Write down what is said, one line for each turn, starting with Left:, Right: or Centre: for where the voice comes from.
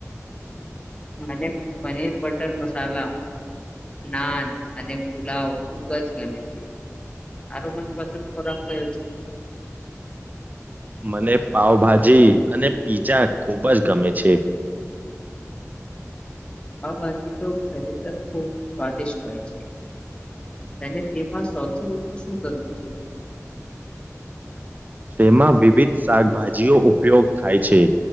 Left: મને પનીર બટર મસાલા નાન અને પુલાવ ખુબજ ગમે છે તારો મનપસંદ ખોરાક કયો છે?
Right: મને પાાવભાજી અને પીઝા ખુબ જ ગમે છે.
Left: આ બાજુ તો ખરેખર ખૂબ સ્વાદિષ્ટ હોય છે અને તેમાં સૌથી વધુ શું ગમે છે.
Right: તેમાં વિવિધ શાકભાજીઓ ઉપયોગ થાય છે